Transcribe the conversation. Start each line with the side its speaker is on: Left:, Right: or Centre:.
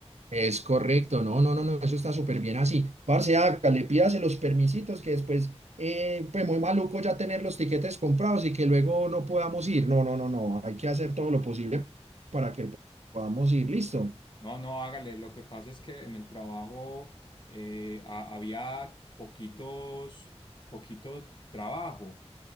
Right: Es correcto, no, no, no, no, eso está súper bien así. Parce, hágale, pídase los permisitos que después, eh, pues muy maluco ya tener los tiquetes comprados y que luego no podamos ir. No, no, no, no, hay que hacer todo lo posible para que podamos ir, listo.
Left: No, no, hágale. Lo que pasa es que en el trabajo eh, ha- había poquitos, poquito trabajo.